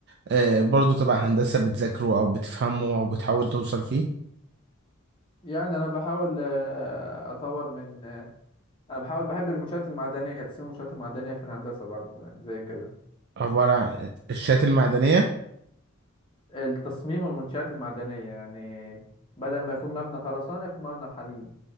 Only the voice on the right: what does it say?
آه برضه تبع هندسة بتذاكره او بتفهمه او بتحاول توصل فيه
عبارة عن الشات المعدنية